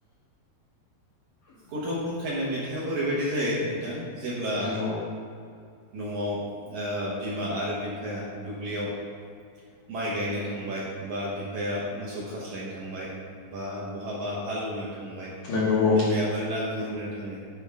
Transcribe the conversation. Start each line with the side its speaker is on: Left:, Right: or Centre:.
Right: गथ' बुरखायनाय मेथाइआव ओरैबायदि जायो नोंथां जेब्ला
Left: नंगौ
Right: न'आव बिमा आरो बिफाया दुब्लियाव माइ गायनो थांबाय बा बिफाया मोसौ खास्लायनो थांबाय बा बहाबा हालौनो थांबाय
Left: नोंगौ औ
Right: बिमायाबो ना गुरनो थाङो